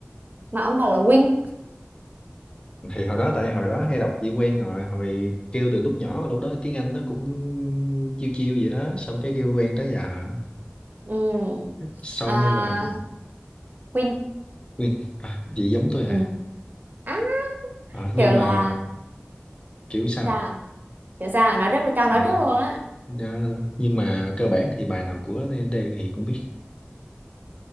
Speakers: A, on the right; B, on the left.
A: mà ông bảo là Win
B: thì hồi đó tại hồi đó hay đọc chỉ quen rồi hồi kêu từ lúc nhỏ mà lúc đó tiếng Anh nó cũng chiêu chiêu vậy đó xong cái kêu quen tới giờ
A: ừ.
B: Son
A: à,
B: hay là
A: Queen
B: Win à, gì giống tôi hả
A: ừ. á
B: Ờ, nhưng
A: kiểu là
B: mà kiểu sao
A: sao kiểu sao nói rất tao
B: Ờ,
A: nói rất luôn á
B: nha- nhưng mà cơ bản thì bài nào của D thì cũng biết